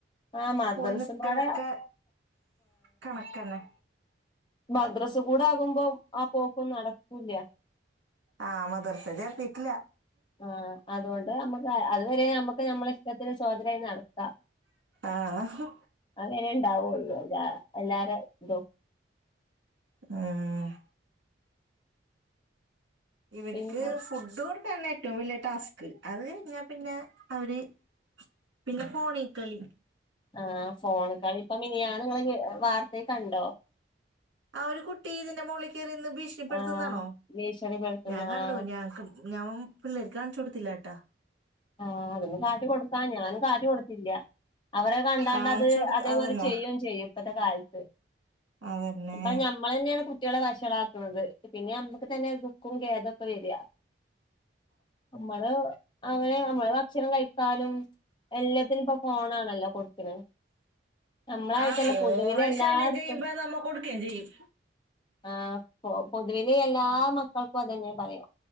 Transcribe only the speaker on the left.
ആ മദ്രസമ്പാടെ
മദ്രസ് കൂടെ ആകുമ്പോ ആഹ് പോക്കും ന്നടകുല്യ
ആഹ് അതുകൊണ്ട് നമ്മക്ക് അതുവരെ അമ്മക്ക് നമ്മള ഇഷ്ട്ടത്തിന് സ്വാദ്രായി നടക്കാ
അങ്ങനെ ഇണ്ടാവുള്ളൂ അല്ലാ എല്ലാരെ ഇതും
പിന്നെ
ആഹ് ഫോണീക്കളി ഇപ്പം മിനിയാന്നിങ്ങള് വാർത്തയിക്കണ്ടോ
ആഹ് ഭീഷണിപ്പെടുത്തുന്ന
ആഹ്
ആഹ് അതൊന്നും കാട്ടി കൊടുക്കാൻ ഞാനും കാട്ടി കൊടുത്തില്ല അവര കണ്ടാണ്ടത്
അതേപോലെ
ചെയ്യോം ചെയ്യും ഇപ്പത്ത കാലത്ത്
ഇപ്പഞ്ഞം മ്മളന്നേണ് കുട്ടികളെ വഷളാക്ണത് പിന്നെ യമ്മക്ക് തന്നെ ദുഃഖും ഖേദൊക്കെ വെരാ. നമ്മള് അങ്ങനെ നമ്മള് ഭക്ഷണം കഴിക്കാനും എല്ലത്തിനും ഇപ്പൊ ഫോണാണല്ലോ കൊടുക്ണെ നമ്മളായിട്ടല്ല
പൊതുവിലെല്ലാ
ട്ത്തും
ആഹ് പൊ പൊതുവില് യെല്ലാ മക്കൾക്കും അതെന്നെ പറ്യാ